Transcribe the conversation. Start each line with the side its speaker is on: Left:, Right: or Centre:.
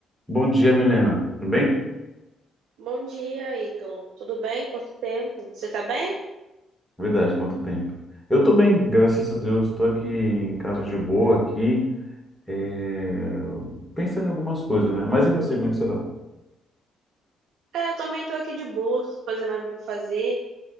Centre: Bom dia, Milena. Tudo bem?
Right: Bom dia, Ítalo. Tudo bem? Quanto tempo? Você tá bem?
Centre: Verdade, quanto tempo. Eu tô bem, graças a Deus. Tô aqui em casa de boa aqui, é, pensando em algumas coisas, né? Mas e você, como é que você tá?
Right: É, eu também tô aqui de boa, sem fazer nada pra fazer.